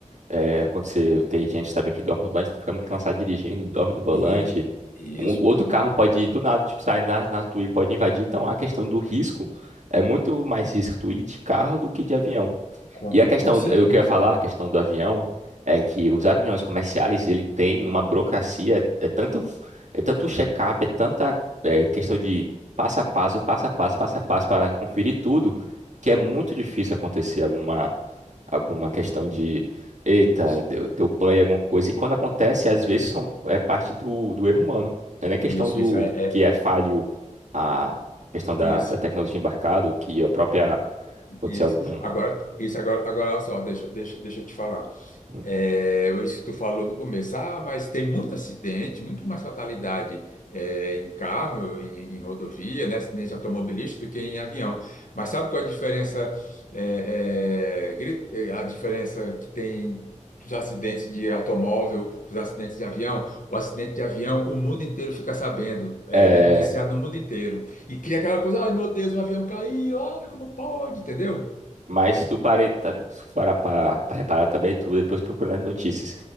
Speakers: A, on the right (about 65°); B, on the left (about 85°).
A: é, acontecer, tem gente também que dorme no volante, tu fica muito cansado dirigindo, dorme no volante,
B: e, e
A: um,
B: isso,
A: outro carro pode, do nada, tipo, sair na, na tua e pode invadir, então a questão do risco, é muito mais risco tu ir de carro do que de avião.
B: com,
A: E a questão,
B: com certeza.
A: eu queria falar, a questão do avião, é que os aviões comerciais, ele tem uma burocracia, é, é tanto, é tanto check-up, é tanta é, questão de passo a passo, passo a passo, passo a passo, para conferir tudo, que é muito difícil acontecer alguma, alguma questão de, eita,
B: Isso,
A: deu, deu pane em alguma coisa. E quando acontece, às vezes são, é parte do, do erro humano. Não é nem questão
B: isso,
A: do
B: isso, é,
A: que
B: é,
A: é falho a questão da,
B: isso,
A: da tecnologia embarcada, ou que a própria, aconteceu
B: isso.
A: algum...
B: Agora, isso, agora, agora, olha só, deixa, deixa, deixa eu te falar.
A: algum-
B: É, isso que tu falou no começo. Ah, mas tem muito acidente, muito mais fatalidade é, em carro, em, em rodovia, né, acidente automobilístico do que em avião. Mas sabe qual é a diferença, é, é, gri- é, a diferença que tem dos acidentes de automóvel para os acidentes de avião? O acidente de avião, o mundo inteiro fica sabendo, é,
A: é,
B: é noticiado no mundo inteiro. E cria aquela coisa, ai meu Deus, um avião caiu, ai, como pode, entendeu?
A: Mas se tu pare- tá- se tu parar para reparar também, tu depois procura nas notícias